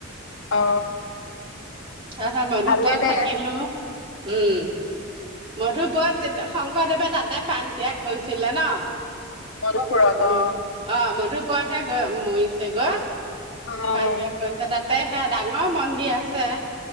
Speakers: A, on the left; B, on the right.
A: অ
B: সেইহে মধুপাত
A: ভালেই দে
B: থাকিলো। উম' মধুপুৰত শংকৰদেৱে তাতে প্ৰাণ ত্যাগ কৰিছিলে ন।
A: মধুপুৰত
B: ম
A: অ
B: অ মধুপুৰাতহে গ মৰিছে গৈ
A: অ
B: প্ৰাণ
A: অ
B: ত্যাগ কৰিছে তাতে সেয়া ডাঙৰ মন্দিৰ আছে।